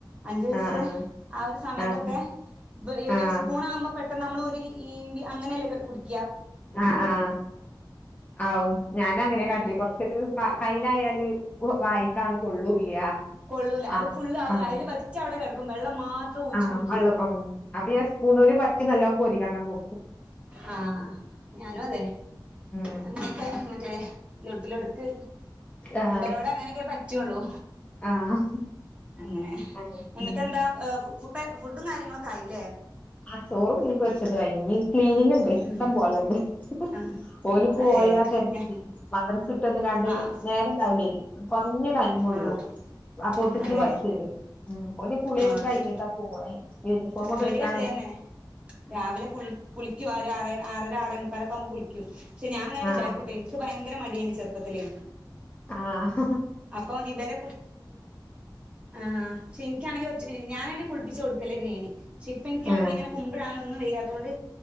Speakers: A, on the right; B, on the left.
A: അഞ്ചു വയസ്
B: ആഹ് ആഹ്
A: ആ ഒരു സമയത്തൊക്കെ
B: ആഹ് ആഹ്
A: ഈ സ്പൂൺ ആവുമ്പോ പെട്ട നമ്മൾ ഒരു ഇ അങ്ങനെല്ലേ കുടിക്കും
B: ആ ആഹ ആ ഞാനങ്ങ അനെ ക
A: ഉം
B: കൊറച്ചരു കയ്യിലായാല് വായിക്കാണ് കൊള്ളൂല്ല
A: കൊള്ളൂ അത്
B: ആഹ്
A: ഫള് ആവൂ
B: ആഹ്
A: അതില് പറ്റ അടെ കടക്കും വെള്ളം മാത്രം ഊറ്റി
B: ആഹ്
A: കുടിക്കും
B: വള്ള അപ്പൊ ഞാൻ സ്പൂണൂന് പറ്റി നല്ല കോരിക്ക കൊടു
A: ആഹ ഞാനും അതെ
B: ഉം
A: അങ്ങനൊക്കെ മറ്റേ ലോട്ടില എടുത്ത്
B: ആഹ്
A: ഇവരോടെ അങ്ങനെയൊക്കെ പറ്റുള്ളൂ
B: ആഹ്
A: അങ്ങനെ
B: ആഹ്
A: എന്നിട്ട്
B: ഉം
A: എന്താ ഇപ്പ ഫുഡും കാര്യങ്ങളൊക്കെയില്ലേ
B: ആ ചോറ്ും മീൻപ വച്ചത് ഇ ക്ലീനിങ് ഉണ്ട് ഇഷ്ടം
A: ഉം
B: പോലെണ്ട്
A: ആഹ്
B: പോഓല പോയാ
A: അതെ
B: തരത്തില്ൽ
A: ഞ
B: മദ്ര ക
A: ആഹ്
B: നേരം ഉണ്ടാവൂലേ കുറഞ്ഞടൈ ഒ ള്ളൂ
A: ആഹ്
B: ഒരു
A: അതെ
B: ബസ് വരും ഉ ഒരു കുളി
A: ആഹ്
B: കഴിഞ്ഞിട്ടാ
A: ഇ
B: പോവായി യൂണിഫോമൊക്ക
A: ഇബടിം
B: കിട്ടാണ്
A: അതേന്നെ രാവിലെ കുളിക്കും ആ ആറര ആറേ മുക്കാലൊക്കെ ആവുമ്പോ കുളിക്കും പക്ഷെ ഞാൻങ്ങനെ വിചാരിക്കൂ
B: ആഹ്
A: കേട്ടെ എനിക്ക് ഭയങ്കര മടിയാണ് ചെറുപ്പത്തിലേ
B: ആഹ
A: അപ്പൊ ഇവരെ ആ പക്ഷെ എനിക്കാണെങ്കിൽ ഞാനൻ പപ്പിച്ച കൊടുക്കലേ എന്നേന് പക്ഷെ ഇപ്പ എനിക്കാണെങ്കി
B: ആഹ്
A: ഇങ്ങനെ കുമ്പിടാനൻ ഒന്ന് വെയ്യാത്തൊണ്ട്